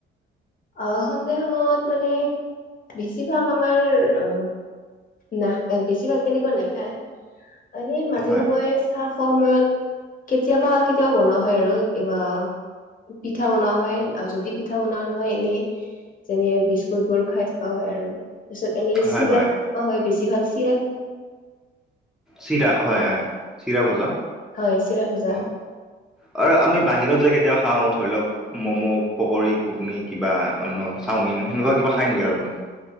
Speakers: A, on the left (about 45°); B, in the centre.
A: আহ সন্ধিয়া সময়ত মানে বেছিভাগ আমাৰ অ না বেছিভাগ তেনেকুৱা নাখায় এনে মাজে
B: হয়,
A: সময়ে চাহ খোৱা সময়ত কেতিয়াবা কেতিয়াবা বনোৱা হয় আৰু কিবা পিঠা বনোৱা হয় যদি পিঠা বনোৱা নহয় এনেই যেনে বিস্কুট বোৰ খাই থকা হয় আৰু তাৰপিছত এনে
B: হয়,
A: চিৰা
B: হয়
A: হয় বেছিভাগ চিৰা
B: চিৰা হয় হয় চিৰা ভজা
A: হয় চিৰাভজা
B: অ আৰু আমি বাহিৰত যায় কেতিয়া খাওঁ ধৰি লওক ম'ম' পকৰি ঘুগনি কিবা অন্য চাওমিন সেনেকুৱা কিবা খাই নেকি আৰু আমি